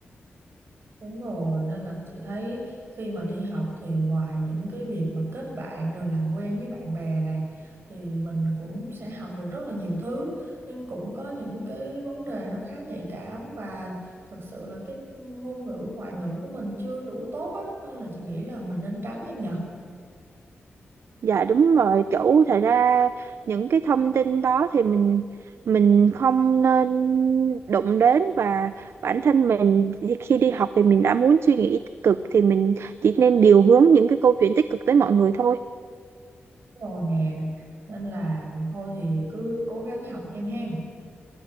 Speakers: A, on the right; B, on the right.
A: Đúng rồi, nên là chị thấy khi mà đi học thì ngoài những cái việc mà kết bạn rồi làm quen với bạn bè này thì mình cũng sẽ học được rất là nhiều thứ nhưng cũng có những cái vấn đề nó khá nhạy cảm và thật sự là cái ngôn ngữ ngoại ngữ của mình chưa đủ tốt á nên là chị nghĩ là mình nên tránh em nhờ.
B: Dạ đúng rồi, chủ thật ra những cái thông tin đó thì mình mình không nên đụng đến và bản thân mình thì khi đi học thì mình đã muốn suy nghĩ tích cực thì mình chỉ nên điều hướng những cái câu chuyện tích cực tới mọi người thôi.
A: Rồi nè, nên là thôi thì cứ cố gắng học em hen.